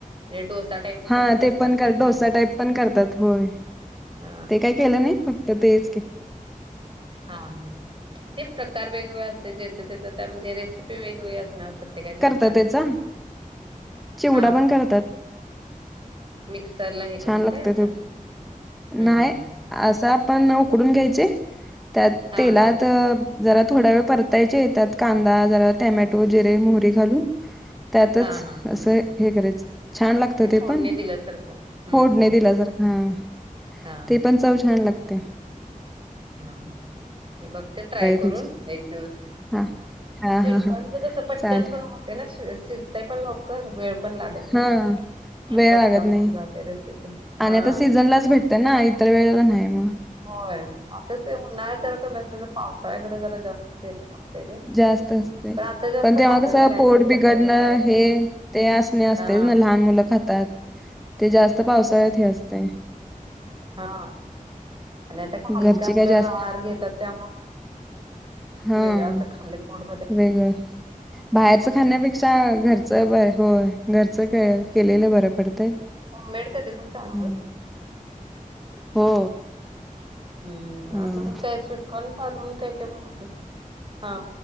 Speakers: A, on the right (about 35°); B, in the centre.
A: हे डोसा टाईप.
B: हा
A: करतात
B: ते पण
A: एक
B: डोसा
A: एकदा
B: टाईप पण करतात होय.
A: अ
B: ते काय केलं नाही फक्त तेच क
A: <unintelligible> हा-हा हे प्रकार वेगवेगळे असते ज्या त्याचा त्या म्हणजे रेसिपी वेगवेगळी असणार प्रत्येकाच्या. ह्याच्यानुसार
B: त त्याचा चिवडा
A: हा
B: पण
A: हा
B: करतात.
A: मिक्सरला हे
B: छान
A: करून
B: लागत
A: काय असं
B: तो
A: हम्म-हम्म.
B: नाही असं आपण उकडून घ्यायचे त्यात
A: हा
B: तेलात
A: हा
B: जरा थोड्या वेळ परतायचे त्यात कांदा जरा टॅमॅटो जिरे मोहरी घालून त्यातच
A: हा हा हा
B: असं हे करायचं छान लागत.
A: म्हणजे फोडणी
B: पण
A: दिल्यासारखं हम्म
B: फोडनी
A: हम्म
B: दिल्यासारखं
A: हा हा
B: ते पण चव छान लाग ते.
A: हा-हा ते बघते ट्राय करून
B: त्याचे
A: एक दिवस.
B: हा हा
A: स्वीटकॉर्नच
B: हा हा
A: कसं पटकन
B: चालेल
A: पण होते ना श शिजताय पण लवकर वेळ पण लागत नाही.
B: हा वेळ
A: पटकन
B: लागत नाही
A: होऊन जाते रेसिपी. हां.
B: आणि आता सीझनलाच भेटत ना इतर वेळेला नाही मग.
A: होय आता उन्हाळ्यात जरा कमी असत तर पावसाळ्याकडे जरा जास्तच येत. ते.
B: जास्त असते
A: पण आता जास्त
B: पण तेव्हा
A: खातात
B: कसं
A: ना काहीतरी
B: पोट बिघडणं
A: चटर-पटर असं.
B: हे ते असणे असतेच
A: हां.
B: ना लहान मुलं खातात ते जास्त पावसाळ्यात हे असते.
A: हा आणि आता काय
B: घरची
A: हलका आपलं
B: काय जास्त
A: आहार घेतात त्यामू
B: हा
A: वेगळां खाल्लं आस खाल्लं की पोट भरत
B: वेगळं, बाहेरच खाण्यापेक्षा अ घरच ब, होय घरच काय केलेलं बरं पडतंय.
A: होम मेड कधी पण चांगल.
B: हम्म. हो
A: हम्म,
B: हा.
A: आज म काय स्वीट? काल साजून काय काय बनवलंय?, हा